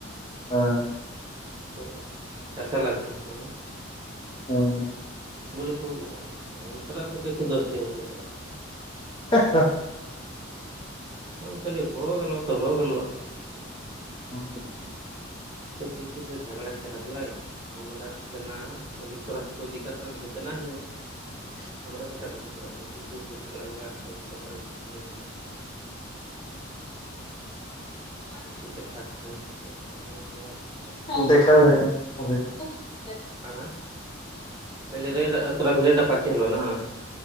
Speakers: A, on the left; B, on the right.
A: ہاں
B: تو چاچا لگتے ہیں چلنا
A: ہوں <inaudible>
B: بولے کو ان کرا سے کیسے دوست دیا گولے تیرا <inaudible>
A: ہاں ہاں <inaudible>
B: کم خلی ہوگلوا تو ہوگلوا <inaudible>
A: ہاں <inaudible>
B: تو ٹوٹو سے جھگڑا چلال <inaudible> ہم تو نہ ک تھوڑا سا کوئی دقت نہ ہے تو نہیں ہی <inaudible> ہمرا س کا دقت رکھ ٹوٹو سے جھگڑا وگڑا کبھی توارے ہوا <inaudible>
A: ہ <inaudible>
B: ٹیک تھاک <inaudible> جش تو انگ بات <inaudible>
A: دیکھا جائے گا ابھی <inaudible>
B: ہاں پہل ریڈ ترف ریڈا پچ حلو نا <inaudible>